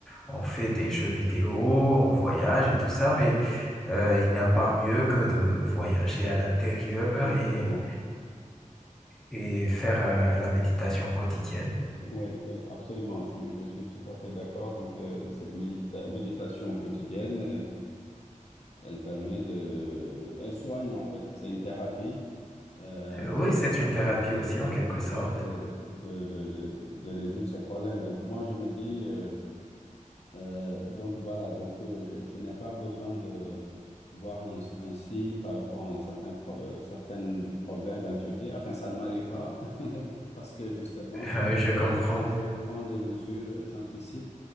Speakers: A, in the centre; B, on the left.
A: on fait des jeux vidéo, on voyage et tout ça, mais euh, il n'y a pas mieux que de voyager à l'intérieur
B: Exactement.
A: et, et faire euh, la méditation quotidienne.
B: Oui, oui, absolument. Je suis, je suis tout à fait d'accord. Donc, euh, cette médita- méditation quotidienne, Elle permet de... Elle soigne en fait, c'est une thérapie. Euh,
A: Euh, oui,
B: une
A: c'est
B: thérapie,
A: une thérapie aussi
B: euh,
A: en quelque
B: elle nous
A: sorte.
B: aide euh, de, de, de, de- de résoudre ses problèmes. Donc moi, je me dis, euh, euh, donc voilà, donc euh, je, je n'ai pas besoin de voir un, un psy par rapport à un certain, pro- euh, certain problème d'anxiété. Enfin, ça ne m'arrive pas <laughs> parce que justement,
A: Euh, je
B: euh,
A: comprends.
B: je, je prends des mesures, j'anticipe.